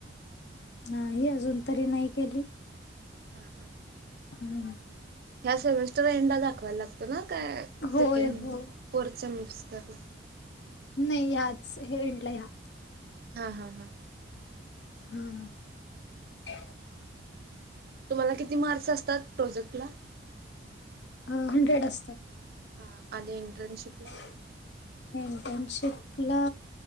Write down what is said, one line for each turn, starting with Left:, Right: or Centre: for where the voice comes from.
Left: नाही, अजून तरी नाही केली
Right: हा-हा
Left: हम्म
Right: ह्या सेमेस्टर एंडा दाखवायला लागतो ना, काय
Left: होय
Right: सेकंड
Left: हो
Right: फोर्थ सेमेस्टर
Left: नाही ह्याच, हे एन्डल या
Right: हा-हा-हा,,
Left: हा-हा
Right: तुम्हाला किती मार्क्स असतात प्रोजेक्ट ला
Left: अ हंड्रेड असतात.
Right: हा आदी इंट्रनशिपला.
Left: हम्म इंटर्नशिपला